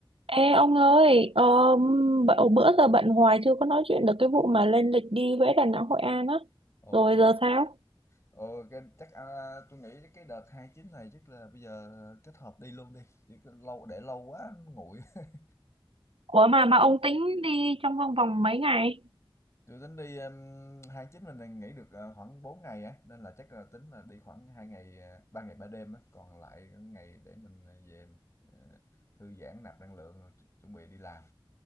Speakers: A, on the right; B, on the left.
A: Ê ông ơi, ờ, b- bữa giờ bận hoài chưa có nói chuyện được cái vụ mà lên lịch đi Huế Đà Nẵng Hội An á.
B: Ok.
A: Rồi giờ sao?
B: Ờ, cái, chắc à, tôi nghĩ cái đợt hai chín này chắc là bây giờ kết hợp đi luôn đi. Chứ cứ lâu để lâu quá nó nguội. <laughs>
A: Ủa mà mà ông tính đi trong vòng vòng mấy ngày?
B: Tôi tính đi um, hai chín mình nghỉ được à, khoảng 4 ngày á nên là chắc là tính là đi khoảng 2 ngày à, 3 ngày 3 đêm á, còn lại cái ngày để mình về mình, à, thư giãn nạp năng lượng rồi chu- chuẩn bị đi làm.